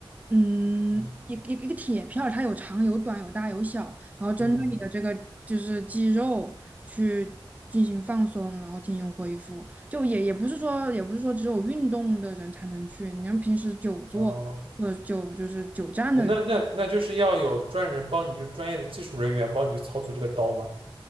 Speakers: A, on the right; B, on the right.
A: 嗯一一一个铁片儿，
B: 嗯
A: 它有长有短有大有小，然后针对你的这个就是肌肉去进行放松，
B: 嗯，
A: 然后进行恢复。就也也不是说也不是说只有运动的人才能去，你像平时久坐或者久就是久站的人
B: 然后啊，那那那就是要有专人帮你，就是专业的技术人员帮你去操作这个刀嘛。